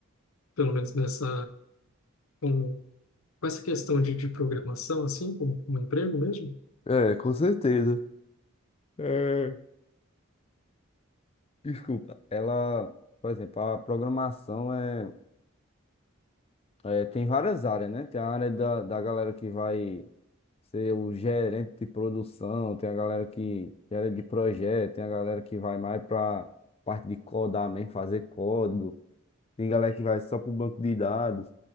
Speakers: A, on the left; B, on the left.
A: pelo menos nessa, com, com essa questão de, de programação, assim, como, como emprego mesmo?
B: É, com certeza. É, desculpa. Ela, por exemplo, a programação é, é- tem várias áreas, né? Tem a área da, da galera que vai ser o gerente de produção, tem a galera que gera de projeto, tem a galera que vai mais para parte de codar mesmo, fazer código, tem galera que vai só para o banco de dados.